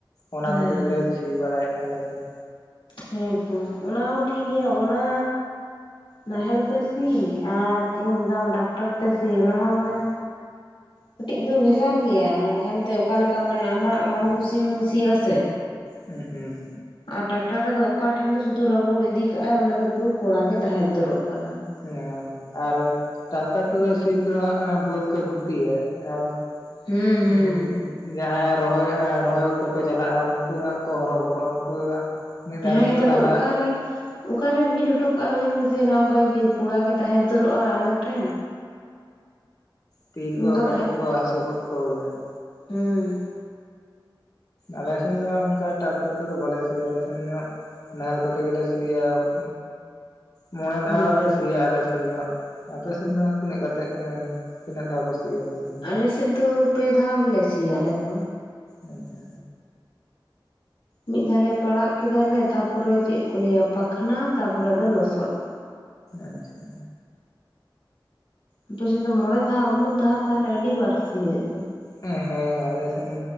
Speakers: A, on the left; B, on the left.
A: ᱚᱱᱟ
B: ᱦᱮᱸ
A: ᱠᱚᱛᱮ ᱜᱮᱞᱮ
B: ᱦᱮᱸ
A: ᱥᱤ ᱵᱟᱲᱟᱭᱮᱫᱼᱟ ᱟᱞᱮ ᱫᱚ ᱾
B: ᱦᱮᱸ ᱛᱚ ᱚᱱᱟ ᱦᱚᱸ ᱴᱷᱤᱠ ᱜᱮᱭᱟ ᱚᱱᱟ ᱱᱟᱦᱮᱞ ᱛᱮ ᱥᱤ ᱟᱨ ᱪᱮᱫ ᱤᱧ ᱢᱮᱛᱟᱢᱟ ᱴᱨᱟᱠᱴᱟᱨ ᱛᱮ ᱥᱤ ᱚᱱᱟ ᱦᱚᱸ ᱢᱟᱱᱮ ᱠᱟᱹᱴᱤᱡ ᱫᱚ ᱵᱷᱮᱜᱟᱨ ᱜᱮᱭᱟ ᱢᱟᱱᱮ ᱱᱟᱦᱮᱞ ᱛᱮ ᱚᱠᱟᱞᱮᱠᱟ ᱢᱟᱱᱮ ᱟᱢᱟᱜ ᱢᱚᱱ ᱠᱩᱥᱤᱢ ᱥᱤᱭᱟᱥᱮ
A: ᱦᱩᱸ ᱦᱩᱸ᱾
B: ᱟᱨ ᱴᱨᱟᱠᱴᱟᱨ ᱨᱮᱫᱚ ᱚᱠᱟ ᱴᱷᱮᱱ ᱫᱚ ᱥᱩᱫᱷᱩ ᱨᱟᱵᱚᱲ ᱤᱫᱤ ᱠᱟᱜᱼᱟᱭ ᱚᱸᱰᱮ ᱫᱚ ᱯᱩᱨᱟᱹ ᱯᱚᱲᱟᱜ ᱜᱮ ᱛᱟᱦᱮᱸ ᱩᱛᱟᱹᱨᱚᱜ ᱠᱟᱱᱟ ᱾
A: ᱦᱮᱸ ᱟᱨ ᱴᱨᱟᱠᱴᱟᱨ ᱛᱮᱫᱚ ᱥᱤᱛᱚ ᱵᱟᱹᱫᱽ ᱠᱚᱭ ᱠᱷᱚᱛᱤ ᱤᱫᱤᱭᱟ ᱟᱨ ᱩᱻ
B: ᱦᱩᱸ ᱦᱩᱸ
A: ᱡᱟᱦᱟᱸᱭ ᱨᱚᱦᱚᱭ ᱠᱚᱠᱚ ᱪᱟᱞᱟᱜᱼᱟ ᱩᱱᱠᱩ ᱠᱚ ᱦᱚᱨᱚ ᱵᱚᱨᱚᱜᱼᱟ ᱩᱱᱠᱩ ᱢᱤᱫ
B: ᱦᱮᱸ
A: ᱫᱷᱟᱨᱮ ᱯᱩᱨᱟᱹ
B: ᱮ ᱟᱫᱚ
A: ᱰᱟᱸᱰᱟ
B: ᱚᱠᱟᱨᱮ? ᱚᱠᱟᱨᱮᱢ ᱵᱤᱫ ᱦᱚᱴᱚ ᱠᱟᱜᱼᱟ ᱞᱮᱢᱮᱥᱮ ᱚᱱᱮ ᱚᱱᱠᱟ ᱡᱩᱫᱤ ᱯᱚᱲᱟᱜ ᱜᱮ ᱛᱟᱦᱮᱸᱩᱛᱳᱨᱚᱜᱼᱟ ᱟᱫᱷᱮᱠ ᱴᱷᱮᱱ᱾
A: ᱛᱤ
B: ᱚᱱᱠᱟ
A: ᱠᱚ ᱠᱟᱹᱴᱩᱵ ᱠᱚ ᱦᱟᱹᱥᱩ ᱜᱚᱫ ᱠᱚᱜᱮᱭᱟ ᱾
B: ᱦᱮᱸᱻ
A: ᱟᱞᱮ ᱥᱮᱱ ᱫᱚ ᱚᱱᱠᱟ ᱴᱨᱟᱠᱴᱟᱨ ᱛᱮ ᱫᱚ ᱵᱟᱞᱮ ᱥᱤᱭᱟ ᱟᱞᱮ ᱥᱮᱱ ᱫᱚ ᱦᱟᱜ ᱱᱟᱦᱮᱞ ᱠᱚᱛᱮ ᱜᱮᱞᱮ ᱥᱤᱭᱟ ᱾ ᱢᱚᱬᱮ
B: ᱦᱮᱸᱛᱚ
A: ᱫᱷᱟᱣ ᱞᱮ ᱥᱤᱭᱟ ᱟᱞᱮᱥᱮᱱ ᱫᱚ ᱦᱟᱜ ᱾ ᱟᱯᱮᱥᱮᱱ ᱫᱚ ᱛᱤᱱᱟᱹᱜ ᱠᱟᱛᱮᱫ? ᱛᱤᱱᱟᱹᱜ ᱫᱷᱟᱣ ᱠᱚ ᱥᱤᱭᱟ ᱟᱯᱮ ᱥᱮᱫ?
B: ᱟᱞᱮ ᱥᱮᱫ ᱫᱚ ᱯᱮ ᱫᱷᱟᱣ ᱜᱮᱞᱮ ᱥᱤᱭᱟ ᱟᱞᱮ ᱫᱚ᱾
A: ᱦᱳᱭ ᱛᱚ᱾
B: ᱢᱤᱫ ᱫᱷᱟᱣ ᱞᱮ ᱯᱟᱲᱟᱜ ᱠᱮᱫᱟᱞᱮ ᱛᱟᱯᱚᱨᱮ ᱪᱮᱫ ᱠᱚ ᱞᱟᱹᱭᱟ ᱯᱟᱠᱷᱱᱟ ᱛᱟᱯᱚᱨᱮ ᱟᱫᱚ ᱞᱚᱥᱚᱫ ᱾
A: ᱟᱪᱪᱷᱟ᱾
B: ᱟᱯᱮ ᱥᱮᱱ ᱫᱚ ᱢᱚᱬᱮ ᱫᱷᱟᱣ ᱩᱱᱟᱹᱜ ᱫᱷᱟᱣ ᱛᱟᱦᱚᱞᱮ ᱟᱹᱰᱤ ᱵᱟᱹᱲᱥᱤ ᱦᱩᱭᱩᱜ ᱫᱚ ᱾
A: ᱦᱮᱸ ᱦᱮᱸ ᱦᱮᱸ ᱟᱞᱮᱥᱮᱱ